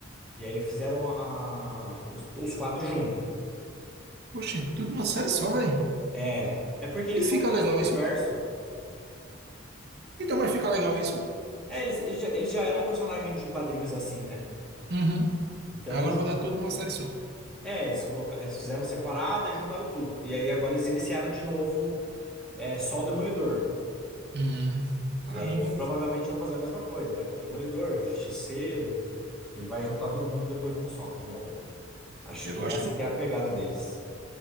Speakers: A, in the centre; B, on the right (about 55°).
A: e aí fizeram a, os, os quatro junto
B: poxa, tudo numa série só, velho.
A: É, é porque eles
B: E
A: são
B: fica
A: do mesmo
B: legal
A: universo.
B: isso. Então, mas fica legal isso.
A: É, eles, eles já, eles já eram personagens de quadrinhos assim, né?
B: Uhum.
A: Então
B: Agora
A: eles,
B: botar tudo numa série só.
A: é, eles colocaram, eles fizeram separada e juntaram tudo. E aí agora eles iniciaram de novo, é, só o Demolidor.
B: Uhum. Caramba,
A: E aí provavelmente vão fazer a mesma coisa. Vai ter o Demolidor, o Justiceiro e vai juntar todo mundo depois num só, de novo. Acho
B: eu
A: que
B: acho
A: essa
B: que eu,
A: que é a pegada deles.